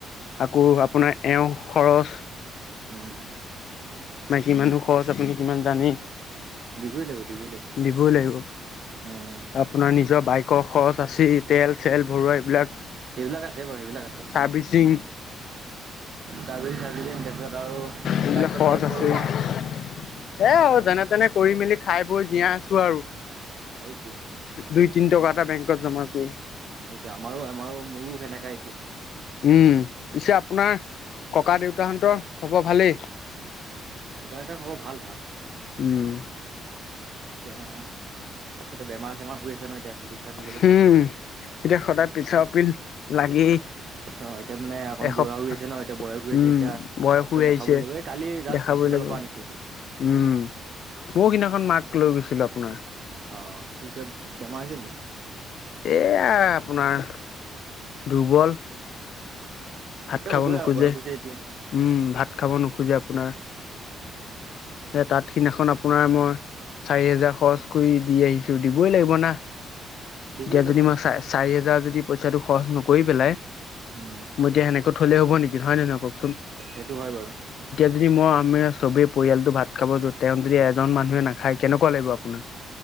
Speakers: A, on the left; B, on the right.
A: আকৌ আপোনাৰ এওঁ খৰচ।
B: উম, হম।
A: মাইকি মানুহ ৰ খৰচ আপুনি কিমান জানেই?
B: দিবই লাগিব। দিবই লাগিব।
A: দিবই লাগিব।
B: উম,
A: আপোনাৰ নিজৰ বাইকৰ খৰচ আচেই তেল চেল ভৰুৱা এইবিলাক।
B: সেইবিলাক আছে বাৰু সেইবিলাক আছে।
A: চাৰ্ভিচিং
B: চালি চালুম তাৰপিছত আৰু
A: এইবিলাক
B: বাইকত
A: খৰচ
B: তেল
A: আছে
B: ভৰুৱা।
A: এ, আৰু যেনে তেনে কৰি মেলি খাই বৈ জীয়াই আছো আৰু।
B: সেইটোৱে।
A: দুই তিনি টকা এটা বেংকত জমা কৰি।
B: এইটো আমাৰো, আমাৰো মোৰো সেনেকা এতিয়া।
A: উম, পিছে
B: উম,
A: আপোনাৰ ককা দেউতাহঁতৰ খবৰ ভালেই?
B: ককা আইতা খবৰ ভাল ভাল।
A: উম।
B: অ, এতিয়া এইটো বেমাৰ-চেমাৰ হৈ আছে ন এতিয়া চিকিৎসা কৰিবলগীয়া
A: হম
B: হৈ আছে।
A: এতিয়া সদায় পিতাই অৰ পিল লাগি
B: অ', এতিয়া মানে অকণ
A: এসপ
B: বুঢ়া হৈ আছে ন এতিয়া বয়স
A: উম,
B: হৈ আছে এতিয়া
A: বয়স
B: হস্পিটেলত
A: হৈ
B: দেখাবই
A: আহিছে
B: লাগিব। এই কালি জাষ্ট
A: দেখাব
B: হস্পিটেলৰ
A: লাগিব।
B: পৰা
A: উম,
B: আনিছো এতিয়া।
A: ময় সিদিনাখন মাক লৈ গৈছিলো আপোনাৰ।
B: অ, কি তেওঁ বেমাৰ হৈছে নেকি?
A: এয়া আপোনাৰ দুৰ্বল।
B: উম।
A: ভাত
B: এ
A: খাব
B: হ'বই
A: নোখোজে।
B: আৰু বয়স হৈছে এতিয়া
A: উম, ভাত খাব নোখোজে আপোনাৰ
B: উম।
A: সেই তাঁত সিদিনাখন আপোনাৰ মই চাৰি হেজাৰ খৰচ কৰি দি আহিছো। দিবই লাগিব না,
B: দিবই
A: এতিয়া
B: লাগিব
A: যদি মই চা চাৰি হা জাৰ যদি পইচাটো খৰচ নকৰি পেলাই,
B: উম
A: মই এতিয়া সেনেকে থলে হ'ব নেকি নহয় নে নহয় কওক?
B: সেইটো হয় বাৰু।
A: যদি মই আমি সবেই পৰিয়ালটো ভাত খাব য তেওঁ যদি এজন মানুহে নাখায় কেনেকুৱা লাগিব আপোনাক